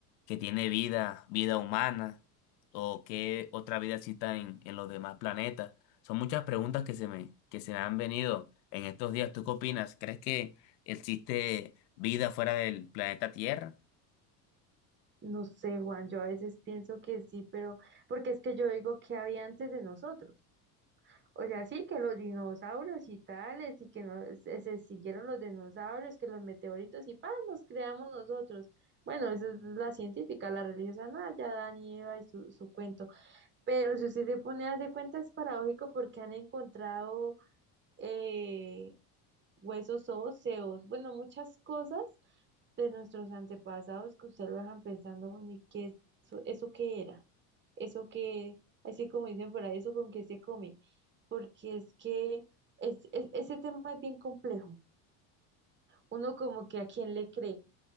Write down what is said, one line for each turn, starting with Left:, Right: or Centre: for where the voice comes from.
Left: que tiene vida, vida humana o qué otra vida exista en, en los demás planetas. Son muchas preguntas que se me, que se me han venido en estos días. ¿Tú qué opinas? ¿Crees que existe vida fuera del planeta Tierra?
Right: No sé, Juan, yo a veces pienso que sí, pero porque es que yo digo que había antes de nosotros. O sea, sí, que los dinosaurios y tales, y que no, se, se siguieron los dinosaurios, que los meteoritos y ¡pam! nos creamos nosotros. Bueno, eso es la científica, la religiosa, nada, ya Dan y Eva y su, su cuento. Pero si usted se pone a hacer cuenta, es paradójico porque han encontrado eh, huesos óseos, bueno, muchas cosas de nuestros antepasados que usted lo dejan pensando, bueno, ¿y qué es eso, eso qué era? Eso que, así como dicen por ahí, eso con qué se come, porque es que es, es- ese tema es bien complejo. Uno como que a quién le cree,